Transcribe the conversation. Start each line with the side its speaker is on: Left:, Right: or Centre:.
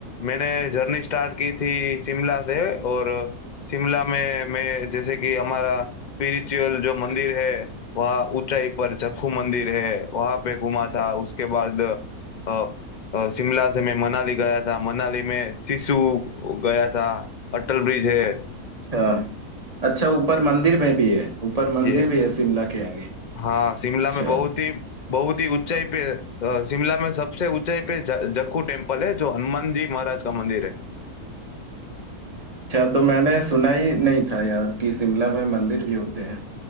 Left: मैंने जर्नी स्टार्ट की थी शिमला से और शिमला में मैं जैसे कि हमारा स्पिरिचुअल जो मंदिर है वहाँ ऊंचाई पर जखू मंदिर है वहाँ पे घूमा था उसके बाद अ, अ, शिमला से मैं मनाली गया था मनाली में सिसु गया था अटल ब्रिज है
Right: अच्छा अच्छा ऊपर मंदिर में भी है ऊपर मंदिर
Left: ये
Right: भी है शिमला के आगे
Left: हाँ शिमला
Right: अच्छा
Left: में बहुत ही बहुत ही ऊंचाई पे अ, शिमला में सबसे ऊंचाई पे ज- जक्खू टेम्पल है जो हनुमान जी महाराज का मंदिर है
Right: अच्छा तो मैंने सुना ही नहीं था यार कि शिमला में मंदिर भी होते हैं